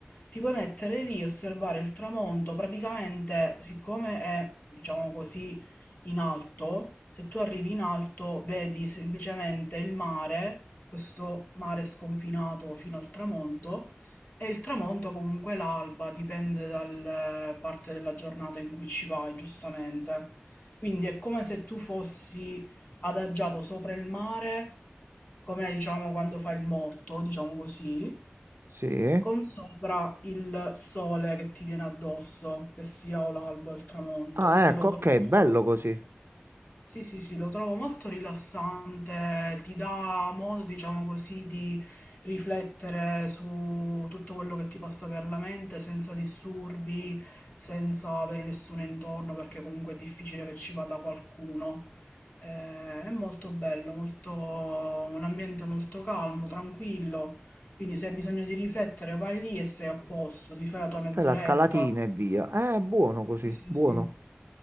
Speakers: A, on the left (about 40°); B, on the right (about 65°).
A: ti puoi mettere lì e osservare il tramonto, praticamente siccome è, diciamo così, in alto, se tu arrivi in alto vedi semplicemente il mare, questo mare sconfinato fino al tramonto, e il tramonto comunque l'alba, dipende dalla parte della giornata in cui ci vai, giustamente. Quindi è come se tu fossi adagiato sopra il mare, come diciamo quando fai il morto, diciamo così,
B: sì.
A: con sopra il sole che ti viene addosso, che sia o l'alba o il tramonto,
B: Ah,
A: quindi
B: ecco,
A: lo trovo
B: ok, bello così.
A: sì, sì, sì, lo trovo molto rilassante, ti dà modo, diciamo così, di riflettere su tutto quello che ti passa per la mente senza disturbi, senza avere nessuno intorno, perché comunque è difficile che ci vada qualcuno. Eh, è molto bello, molto... un ambiente molto calmo, tranquillo, quindi se hai bisogno di riflettere vai lì e sei a posto, ti fai la tua mezz'oretta.
B: Fai la scalatina e via. Eh, buono così,
A: Sì, sì,
B: buono.
A: sì.